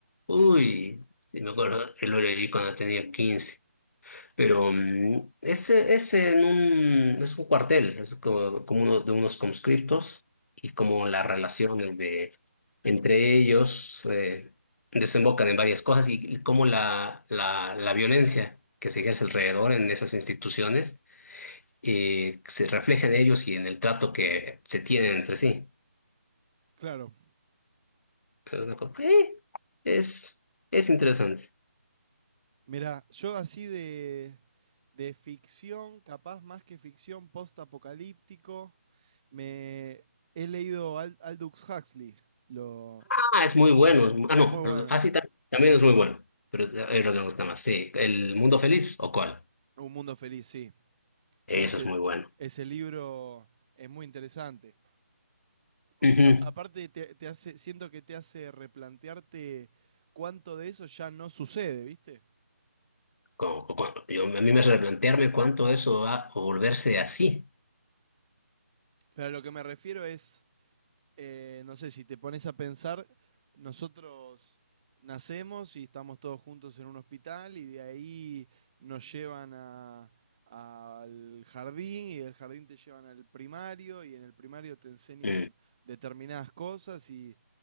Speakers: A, on the left; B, on the right.
A: Uy, sí me acuerdo, yo lo leí cuando tenía 15. Pero mm, ese es en un, es un cuartel, es como, como uno de unos conscriptos y como las relaciones de, entre ellos eh, desembocan en varias cosas y como la, la, la violencia que se ejerce alrededor en esas instituciones eh, se refleja en ellos y en el trato que se tienen entre sí.
B: Claro.
A: Es, una cosa- eh, es, es interesante.
B: Mira, yo así de, de ficción, capaz más que ficción post-apocalíptico, me he leído Al- Aldous Huxley, lo,
A: Ah, es muy bueno. es mu- Ah, no.
B: Muy bueno.
A: Ah, sí, también es muy bueno. Pero eh, es lo que me gusta más. Sí, ¿El Mundo Feliz o cuál?
B: Un mundo feliz, sí.
A: Eso
B: Ese,
A: es muy bueno.
B: ese libro es muy interesante. Porque
A: Ujú.
B: a- aparte te, te hace, siento que te hace replantearte cuánto de eso ya no sucede, ¿viste?
A: Como- como- yo, a mí me hace replantearme cuánto eso va a volverse así.
B: Pero a lo que me refiero es, eh, no sé, si te pones a pensar, nosotros nacemos y estamos todos juntos en un hospital y de ahí nos llevan a- al jardín y del jardín te llevan al primario y en el primario te enseñan
A: Mm.
B: determinadas cosas y,